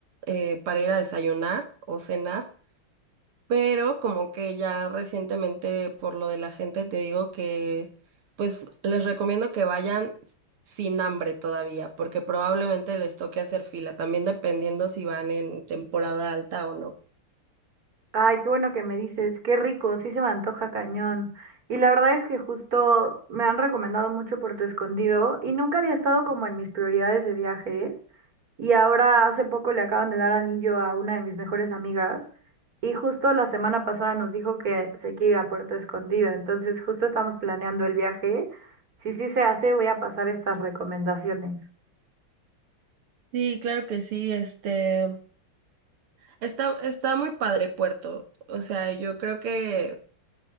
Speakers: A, on the right; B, on the right.
A: eh, para ir a desayunar o cenar pero como que ya recientemente por lo de la gente te digo que pues les recomiendo que vayan sin hambre todavía, porque probablemente les toque hacer fila, también dependiendo si van en temporada alta o no.
B: Ay, qué bueno que me dices, qué rico, sí se me antoja cañón. Y la verdad es que justo me han recomendado mucho Puerto Escondido y nunca había estado como en mis prioridades de viajes. Y ahora hace poco le acaban de dar anillo a una de mis mejores amigas y justo la semana pasada nos dijo que se quiere ir a Puerto Escondido. Entonces justo estamos planeando el viaje. Si sí se hace, voy a pasar estas recomendaciones.
A: Sí, claro que sí, este está, está muy padre Puerto. O sea, yo creo que